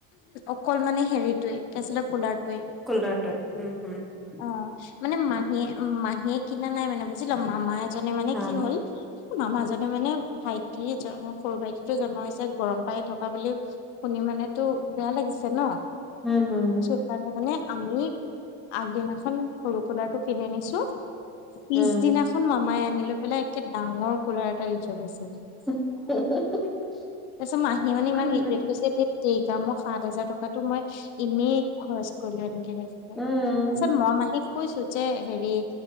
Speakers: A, on the left; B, in the centre.
A: অকল মানে হেৰিটোৱে কি আছিলে কুলাৰটোৱে!
B: কুলৰাটো! হুম, হুম!
A: অ', মানে মাহীয়ে মাহীয়ে কিনা নাই মানে, বুজিলা মামা এজনে মানে
B: হা
A: কি হ'ল মামা জনে মানে ভাইটি সৰু ভাইটি তো জন্ম হৈছে গৰম পাই থকা বুলি শুনি মানেতো বেয়া লাগিছে ন!
B: উম, হুম!
A: <unintelligible> আমি আগ দিনাখন সৰু কোলাৰটো কিনি আনিছোঁ পিছদিনাখন
B: উম
A: মামাই আনি লৈ পেলাই একে ডাঙৰ কোলাৰ এটা দি থয় গৈছে!
B: <unintelligible>
A: তাৰপিছত মাহীয়ে মানে ইমান
B: উম
A: ৰিগ্ৰেট কৰিছে যে টেৰিকা মই সাত হাজাৰ টকাটো মই এনেই খৰছ কৰিলোঁ এনেকে কৈছে। তাৰপাছত
B: উম
A: মই মাহীক কৈছো যে হেৰি